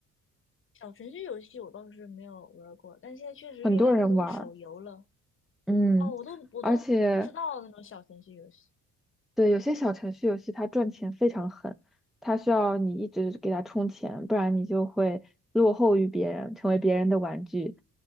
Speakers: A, on the left; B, in the centre.
A: 小程序游戏我倒是没有玩儿过，但现在确实越来越多的手游了。
B: 很多人玩儿，嗯。
A: 哦，我都我都不知道那种小程序游戏。
B: 而且对，有些小程序游戏它赚钱非常狠，它需要你一直给它充钱，不然你就会落后于别人，成为别人的玩具。